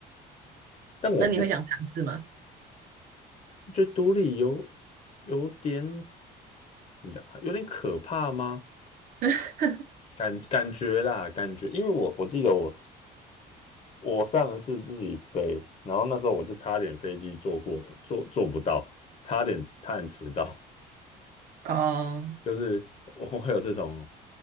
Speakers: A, on the left (about 40°); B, on the right (about 60°).
A: 但我我
B: 那你会想尝试吗？
A: 觉得独立有有点怎么讲啊有点可怕吗？
B: <laughs>
A: 感感觉啦，感觉，因为我我记得我我上次自己飞，然后那时候我就差点飞机坐过头，坐坐不到，差点差点迟到，
B: 哦，
A: <laughs> 就是我会有这种